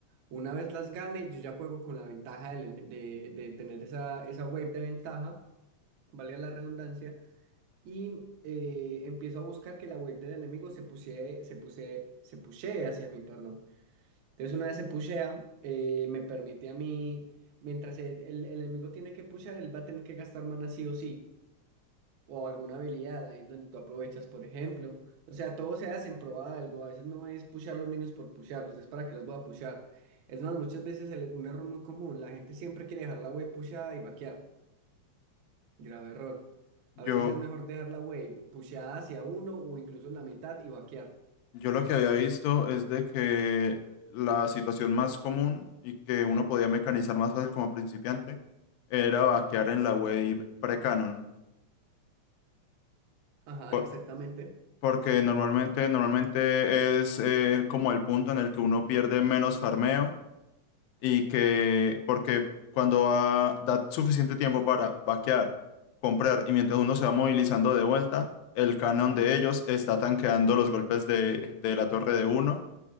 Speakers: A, on the right (about 70°); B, on the left (about 80°).
A: Una vez las gane, yo ya juego con la ventaja del ene- de, de tener esa, esa wave de ventaja, valga la redundancia. y eh, empiezo a buscar que la web del enemigo se pusie, se puse, se pushee hacia mí, perdón. Entonces una vez se pushea, eh, me permite a mí, mientras el, el- el enemigo tiene que pushear, él va a tener que gastar mana sí o sí, o alguna habilidad, ahí en donde tú aprovechas, por ejemplo. O sea, todo se hace en pro de algo, a veces no es pushear los minions por pushearlos, es para que los voy a pushear. Es más, muchas veces el- un error muy común, la gente siempre quiere dejar la web pusheada y vaquear. Grave error.
B: Yo,
A: A veces es mejor dejar la wave pusheada hacia uno o incluso en la mitad y vaquear.
B: Yo lo que había visto es de que la situación más común y que uno podía mecanizar más fácil como principiante era vaquear en la web pre-canon.
A: Ajá,
B: Por-
A: exactamente.
B: Porque normalmente, normalmente es eh, como el punto en el que uno pierde menos farmeo y que, porque cuando va- da suficiente tiempo para vaquear, comprar y mientras uno se va movilizando de vuelta, el canon de ellos está tanqueando los golpes de, de la torre de uno